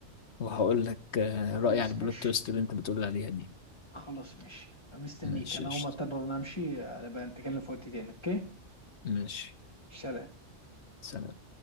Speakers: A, on the left (about 65°); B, on the left (about 25°).
A: وهقول لك آه،
B: خلاص
A: رأيي على البلوت
B: ماشي
A: تويست اللي انت بتقول عليها دي
B: خلاص ماشي مستنيك
A: ماشي
B: انا
A: قشطة.
B: هقوم اضطر أنا امشي آه، نبقى نتكلم في وقت تاني اوكي
A: ماشي
B: سلام
A: سلام